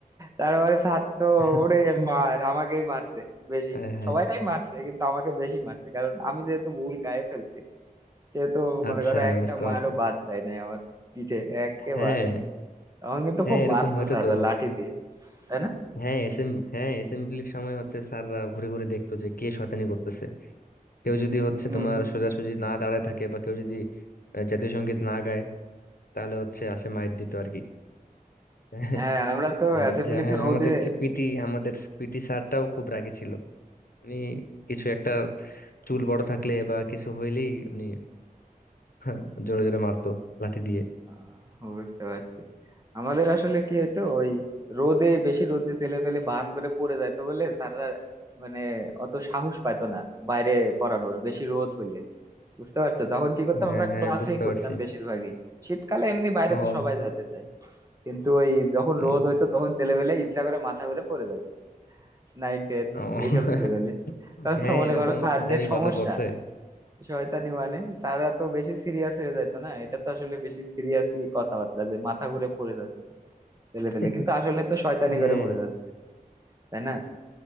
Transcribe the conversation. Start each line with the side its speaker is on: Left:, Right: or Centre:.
Right: তারপরে স্যার তো
Left: <laughs>
Right: ওরে মার আমাকেই মারছে বেশি
Left: হ্যাঁ হ্যাঁ
Right: সবাইটাই মারছে কিন্তু আমাকে বেশি মারছে কারণ আমি যেহেতু ভুল গায়ে ফেলছি সেহেতু মনে
Left: আচ্ছা
Right: করো একটা
Left: বুঝতে
Right: মারও
Left: পারছি
Right: বাদ যায় নাই আমার পিঠে একেবারে
Left: হ্যাঁ
Right: তখন কিন্তু
Left: হ্যাঁ
Right: খুব
Left: এরকম
Right: মারতো
Left: হয়তো
Right: স্যাররা
Left: তো
Right: লাঠি দিয়ে তাই না
Left: হ্যাঁ এসেম হ্যাঁ অ্যাসেম্বলির সময় হচ্ছে স্যাররা ঘুরে ঘুরে দেখতো যে কে শয়তানি করতেছে কেউ যদি হচ্ছে
Right: হম
Left: তোমার সোজাসুজি না দাঁড়ায় থাকে বা কেউ যদি আহ, জাতীয় সঙ্গীত না গায় তাহলে হচ্ছে আসে মাইর দিত আর কি <laughs>
Right: হ্যাঁ আমরা তো
Left: আমাদের
Right: অ্যাসেম্বলিতে
Left: যে হ্যাঁ
Right: রোদে
Left: আমাদের যে পিটি আমাদের পিটি স্যারটাও খুব রাগী ছিল উনি কিছু একটা চুল বড় থাকলে বা কিছু হইলেই উনি হ্যাঁ, জোরে জোরে মারতো লাঠি দিয়ে
Right: আহ, বুঝতে পারছি আমাদের আসলে কি হইতো ওই রোদে বেশি রোদে ছেলে পেলে বাহান করে পড়ে যাইতো বলে স্যাররা মানে অত সাহস পাইতো না বাইরে করানোর বেশি রোদ হইলে বুঝতে পারছো তখন কি করতাম
Left: হ্যাঁ
Right: আমরা
Left: হ্যাঁ
Right: ক্লাসেই
Left: বুঝতে
Right: করতাম
Left: পারছি
Right: বেশিরভাগই শীতকালে এমনি বাইরে
Left: ও
Right: তো সবাই যাইতে চায় কিন্তু ওই যখন
Left: উম,
Right: রোদ হইতো তখন ছেলেবেলে ইচ্ছা করে মাথা ঘুরে পড়ে যাইতো নাইন টেন
Left: ও <laughs>
Right: এইসব ছেলেবেলে তখন
Left: হ্যাঁ
Right: তো মনে
Left: এরকম
Right: করো স্যারদের
Left: শয়তানি
Right: সমস্যা
Left: কত করছে
Right: শয়তানি মানে তারা তো বেশি সিরিয়াস হয়ে যাইতো না এটা তো আসলে বেশি সিরিয়াসই কথাবার্তা যে মাথা ঘুরে পড়ে যাচ্ছে ফেলে ফেলে
Left: <laughs>
Right: কিন্তু আসলে তো শয়তানি
Left: হ্যাঁ
Right: করে পড়ে যাচ্ছে তাই না